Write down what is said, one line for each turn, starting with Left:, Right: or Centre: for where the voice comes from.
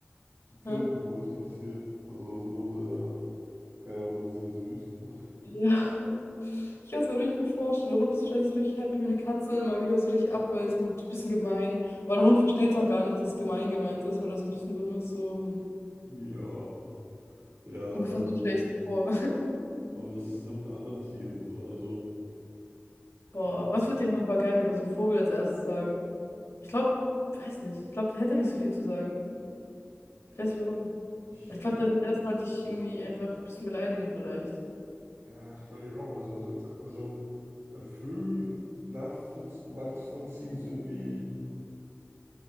Right: so Filme,
Left: hä?
Right: wo das passiert. Also, es ist immer sehr. Keine Ahnung, finde ich sehr süß. <laughs>
Left: <laughs> Ja. Ich kann es mir richtig gut vorstellen. Der Hund ist wahrscheinlich so richtig happy und die Katze immer wieder so richtig abweisend und ein bisschen gemein. Aber der Hund versteht auch gar nicht, dass es gemein gemeint ist, weil er so ein bisschen dumm ist so und
Right: Ja, ja,
Left: ungefähr
Right: äh,
Left: so stell ich es mir vor. <laughs>
Right: aber das ist dann mit anderen Tieren so. Also,
Left: Boah,
Right: äh, ich,
Left: was wird dir ein Papagei oder so ein Vogel als erstes sagen? Ich glaube, weiß nicht. Ich glaube, der hätte nicht so viel zu sagen.
Right: ich,
Left: Ich weiß nicht warum.
Right: ich
Left: Ich glaube,
Right: denke,
Left: der wird erstmal dich irgendwie einfach ein bisschen beleidigen vielleicht.
Right: ja, ich überlege auch, was das als. Also, bei Vögeln nachvollz nachzuvollziehen ist irgendwie.